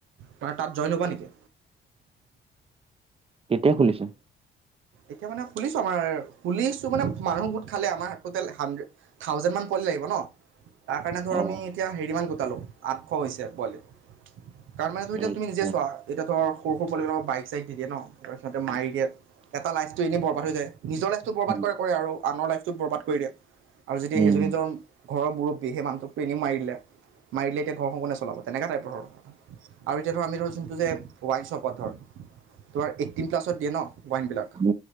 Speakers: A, on the right; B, on the right.
A: তোমাৰ তাত জইন হ'বা নেকি?
B: কেতিয়া খুলিছে,
A: এতিয়া মানে খুলিছো আমাৰ খুলিছো মানে মানুহ গো। খালে আমাৰ টোটেল হাড্ৰেড থাউজেণ্ড মান লাগিব ন। তাৰ কাৰণে ধৰ
B: অ
A: আমি এতিয়া হেৰি মান গোটালো আঠশ হৈছে পোৱালি। তাৰ মানে ধৰ এতিয়া
B: আচ্ছা
A: তুমি নিজে চোৱা এতিয়া ধৰ সৰু সৰু পোৱালিবিলাক বাইক চাই দি দে ন তপিছতে মাৰি দিয়ে। এটা লাইফটো এনেই বৰবাদ হৈ যায়। নিজৰ লাইফটো বৰবাদ
B: উম
A: কৰে কৰে আৰু আনৰ লাইফটো বৰবাদ কৰি দিয়ে আৰু যদি
B: উম
A: সেইজনীজনৰ। ঘৰৰ মুৰববী সেই মানুহটোক এনেই মাৰি দিলে মাৰিদিলে এতিয়া ঘৰখন কোনে চলাব। তেনেকুৱা টাইপৰ ধৰ আৰু এতিয়া ধৰক আমি ধৰ যোনটো যে ৱাইন চপত ধৰ। তোম এইটিন প্লাছত দিয়ে ন বৱাইনিলাক
B: উম